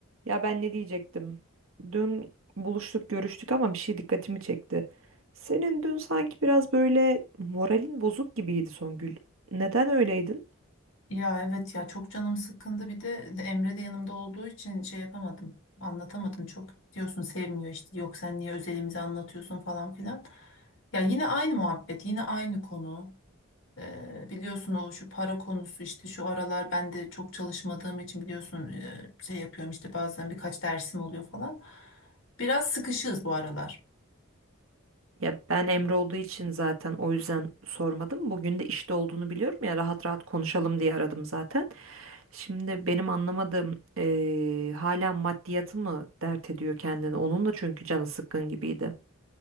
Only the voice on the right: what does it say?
Ya ben ne diyecektim? Dün buluştuk, görüştük ama bir şey dikkatimi çekti. Senin dün sanki biraz böyle moralin bozuk gibiydi Songül. Neden öyleydin?
Ya ben Emre olduğu için zaten o yüzden sormadım. Bugün de işte olduğunu biliyorum ya rahat rahat konuşalım diye aradım zaten. Şimdi benim anlamadığım eee, hala maddiyatı mı dert ediyor kendini? Onun da çünkü canı sıkkın gibiydi.